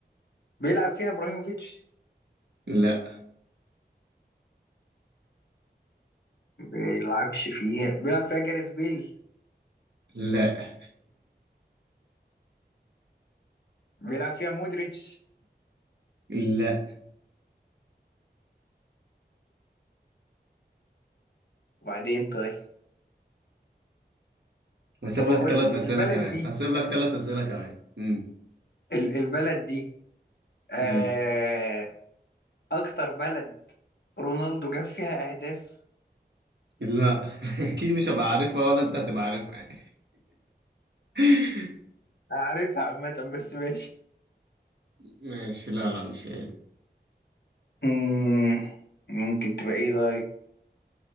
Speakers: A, on the left; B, on the right.
A: بيلعب فيها ابراهيموفيتش
B: لا
A: بيلعبش فيها بيلعب فيها جاريث بيل
B: لا
A: بيلعب فيها مودريتش
B: لا
A: وبعدين طيب
B: هسيب
A: طب
B: لك
A: اقول
B: ثلاث
A: لك
B: اسئله
A: البلد
B: كمان
A: دي
B: هسيب لك ثلاث اسئله كمان امم
A: ال- البلد دي آه
B: امم
A: اكتر بلد رونالدو جاب فيها اهداف
B: لا <laughs> اكيد مش هبقى عارفها ولا انت هتبقى عارفها يعني. <laughs>
A: عارفها عامة بس ماشي
B: ماشي لا لا مش هي دي
A: مم، ممكن تبقى ايه طيب